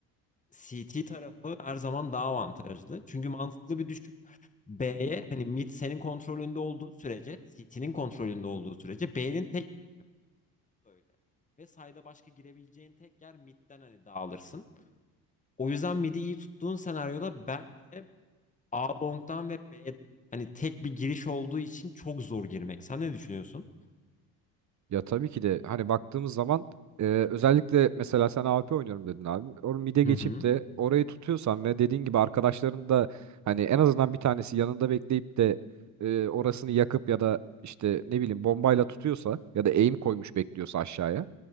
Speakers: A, on the left; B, on the right.
A: CT tarafı her zaman daha avantajlı. Çünkü mantıklı bir düşün. B'ye hani mid senin kontrolünde olduğu sürece, CT'nin kontrolünde olduğu sürece B'nin tek gittiği öyle. Ve sayda başka girebileceğin tek yer midden hani dağılırsın. O yüzden mid'i iyi tuttuğun senaryoda bence A long'dan ve B'den hani tek bir giriş olduğu için çok zor girmek. Sen ne düşünüyorsun?
B: Ya tabii ki de hani baktığımız zaman e, özellikle mesela sen AWP oynuyorum dedin abi. Or mide
A: Hı
B: geçip
A: hı.
B: de orayı tutuyorsan ve dediğin gibi arkadaşların da hani en azından bir tanesi yanında bekleyip de e, orasını yakıp ya da işte ne bileyim bombayla tutuyorsa ya da aim koymuş bekliyorsa aşağıya.